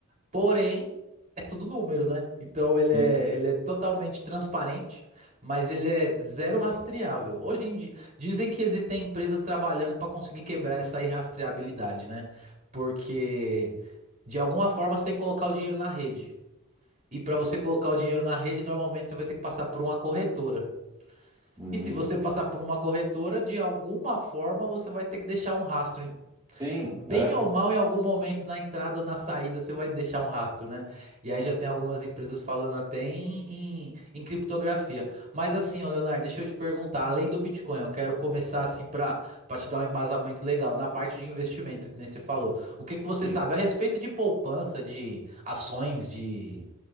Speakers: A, on the right (about 35°); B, on the right (about 20°).
A: Porém, é tudo número, né? Então ele
B: Sim.
A: é, ele é totalmente transparente, mas ele é zero rastreável. Hoje em dia, dizem que existem empresas trabalhando para conseguir quebrar essa irrastreabilidade, né? Porque de alguma forma você tem que colocar o dinheiro na rede. E para você colocar o dinheiro na rede, normalmente você vai ter que passar por uma corretora.
B: Uhum.
A: E se você passar por uma corretora, de alguma forma você vai ter que deixar um rastro
B: Sim,
A: Bem
B: é,
A: ou mal, em algum momento na entrada ou na saída, você vai deixar um rastro, né? E aí já tem algumas empresas falando até em, em, em criptografia. Mas assim, ó, Leonardo, deixa eu te perguntar, além do Bitcoin, eu quero começar assim para para te dar um embasamento legal na parte de investimento, que nem você falou. O que que você
B: sim.
A: sabe a respeito de poupança, de ações, de,